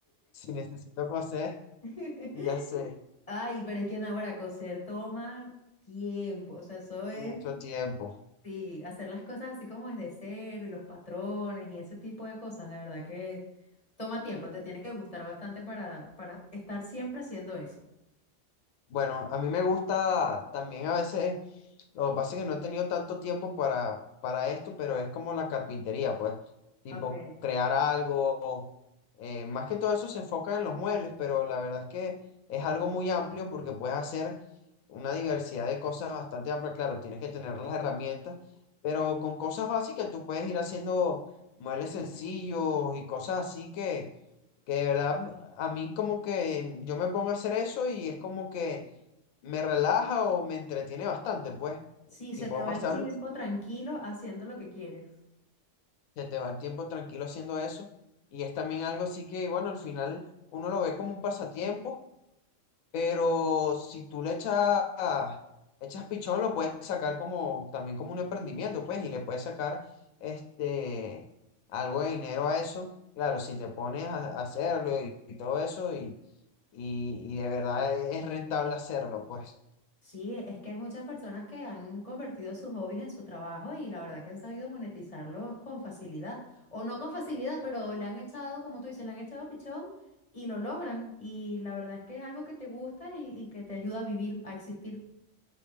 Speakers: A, on the left; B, on the left.
A: Si necesito coser,
B: <laughs>
A: ya sé,
B: Ay, pero es que ahora coser toma tiempo, o sea, eso es
A: mucho tiempo.
B: Sí, hacer las cosas así como desde cero y los patrones y ese tipo de cosas, de verdad que toma tiempo, te tiene que gustar bastante para, para estar siempre haciendo eso.
A: Bueno, a mí me gusta también a veces Lo que pasa es que no he tenido tanto tiempo para, para esto, pero es como la carpintería, pues, tipo
B: Ok,
A: crear algo. eh, más que todo eso se enfoca en los muebles, pero la verdad es que es algo muy amplio porque puedes hacer una diversidad de cosas bastante amplia. Claro, tienes que tener las herramientas, pero
B: claro.
A: con cosas básicas tú puedes ir haciendo muebles sencillos y cosas así que, que de verdad a mí como que yo me pongo a hacer eso y es como que me relaja o me entretiene bastante, pues.
B: Sí, se
A: Y puedo
B: te va
A: pasar,
B: el tiempo tranquilo haciendo lo que quieres.
A: se te va el tiempo tranquilo haciendo eso. Y es también algo así que, bueno, al final uno lo ve como un pasatiempo, pero si tú le echas, echas pichón, lo puedes sacar como, también como un emprendimiento, pues, y le puedes sacar este, algo de dinero a eso. Claro, si te pones a, a hacerlo y, y todo eso, y, y, y de verdad es rentable hacerlo, pues.
B: Sí, es que hay muchas personas que han convertido sus hobbies en su trabajo y la verdad que han sabido monetizarlos con facilidad, o no con facilidad, pero le han echado, como tú dices, le han echado pichón y lo logran. Y la verdad es que es algo que te gusta y, y que te ayuda a vivir, a existir.